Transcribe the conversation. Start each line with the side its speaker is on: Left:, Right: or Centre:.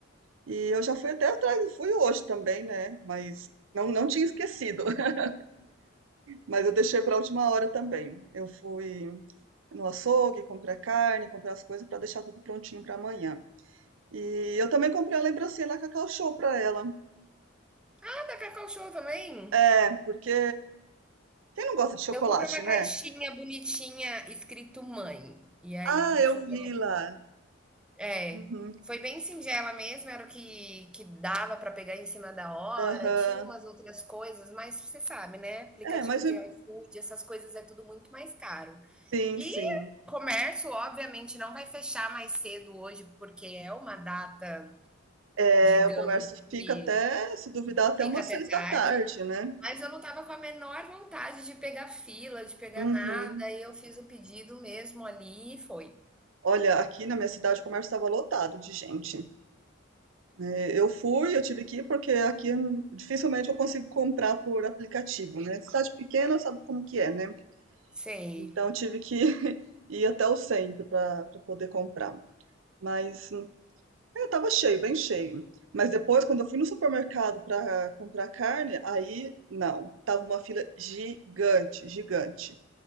Right: E eu já fui até atrás, fui hoje também, né? Mas não, não tinha esquecido. <laughs> Mas eu deixei pra última hora também. Eu fui no açougue, comprar carne, comprar as coisas para deixar tudo prontinho para amanhã. E eu também comprei uma lembrancinha lá Cacau Show para ela.
Centre: Ah, da Cacau Show também?
Right: É, porque quem não gosta de chocolate,
Centre: Eu comprei uma caixinha
Right: né?
Centre: bonitinha escrito mãe. E aí
Right: Ah,
Centre: com
Right: eu
Centre: chocolate.
Right: vi lá.
Centre: É,
Right: Uhum,
Centre: foi bem singela mesmo, era o que que dava para pegar em cima da hora,
Right: aham.
Centre: tinha umas outras coisas, mas você sabe, né, aplicativo
Right: É, mas
Centre: de
Right: eu-
Centre: iFood, essas coisas é tudo muito mais caro.
Right: sim,
Centre: E
Right: sim.
Centre: o comércio, obviamente, não vai fechar mais cedo hoje, porque é uma data,
Right: É,
Centre: digamos
Right: o comércio
Centre: que
Right: fica até, se duvidar, até
Centre: fica
Right: umas
Centre: até
Right: seis
Centre: tarde,
Right: da tarde, né?
Centre: mas eu não estava com a menor vontade de pegar fila, de pegar
Right: Uhum.
Centre: nada, e eu fiz o pedido mesmo ali e foi.
Right: Olha, aqui na minha cidade o comércio estava lotado de gente. É, Eu fui, eu tive que ir, porque aqui hum, dificilmente eu consigo comprar por aplicativo, né? Cidade pequena sabe como que é, né?
Centre: Sei.
Right: Então tive que <laughs> ir até o centro para poder comprar. Mas hum, é, tava cheio, bem cheio. Mas depois, quando eu fui no supermercado para comprar carne, aí não, tava uma fila gigante, gigante.